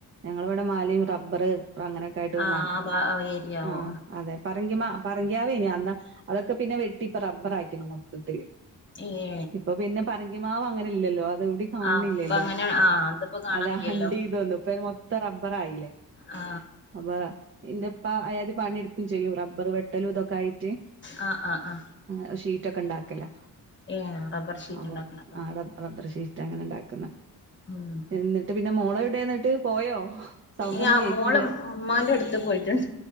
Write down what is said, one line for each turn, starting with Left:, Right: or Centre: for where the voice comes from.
Right: ഞങ്ങളി ഇവിടെ മലയും റബ്ബറ് ഇപ്പൊ അങ്ങനെയൊക്കെ ആയിട്ട്
Left: ആ
Right: <unintelligible>
Left: ആ ഏരിയാവോ
Right: ആ അതെ പറിങ്കിമാ പറി-, <unintelligible> അതൊക്കെ പിന്നെ വെട്ടി ഇപ്പൊ റബർ ആക്കി <unintelligible> മൊത്തത്തില്
Left: ഏ
Right: ഇപ്പൊ പിന്നെ പറങ്കിമാവ് അങ്ങനെ ഇല്ലല്ലോ അത് ഇവിടെ കാണണില്ലല്ലോ
Left: ആ അപ്പൊ അങ്ങനെ ആ അതിപ്പോ കാണാൻ
Right: അതാ
Left: കഴിയല്ലോ
Right: അണ്ടി <unintelligible> ഇപ്പം മൊത്തം റബ്ബറായില്ലേ
Left: ആ
Right: അപ്പൊ <unintelligible> <unintelligible> പണിയെടുക്കും ചെയ്യും റബ്ബർ വെട്ടലും ഇതൊക്കെ ആയിട്ട്
Left: ആ ആ ആ
Right: ആ ഷീറ്റ് റ്റക്കണ്ടാ ക്കെല്ല
Left: ഏ റബ്ബർ ഷീറ്റ്
Right: ആന്നോ
Left: ഉണ്ടാക്കണ
Right: ആട റബർഷീറ്റ അങ്ങനെ ഇണ്ടാക്കുന്ന
Left: ഉം
Right: എന്നിട്ട് പിന്നെ മോളെവിടെ എന്നിട്ട് പോയോ സൗണ്ട്
Left: ഞാ
Right: ഒന്നും കേക്കില്ല
Left: മോള് ഉമ്മാന്റെ അടുത്ത് പോയിട്ടുണ്ട്